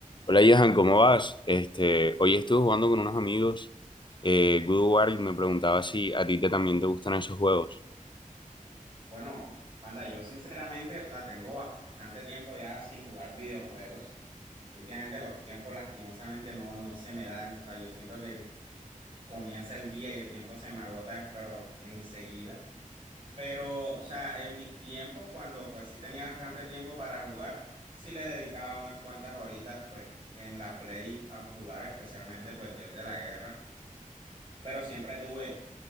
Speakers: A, on the left; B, on the right.
A: Hola, Johan, ¿cómo vas? Este, hoy estuve jugando con unos amigos eh, Good War y me preguntaba si a ti te, también te gustan esos juegos.
B: Bueno, Panda, yo sinceramente, o sea, tengo bastante tiempo ya sin jugar videojuegos. Últimamente los tiempos lastimosamente no, no se me dan. O sea, yo siento que el- comienza el día y el tiempo se me agota, pero enseguida. Pero, o sea, en mis tiempos, cuando pues sí tenía bastante tiempo para jugar, sí le dedicaba unas cuantas horitas pues en la Play a jugar, especialmente pues Dios de la Guerra. Pero siempre tuve